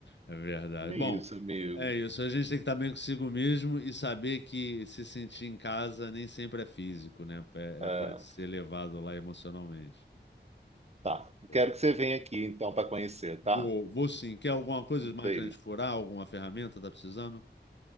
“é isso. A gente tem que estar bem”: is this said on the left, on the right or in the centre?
Left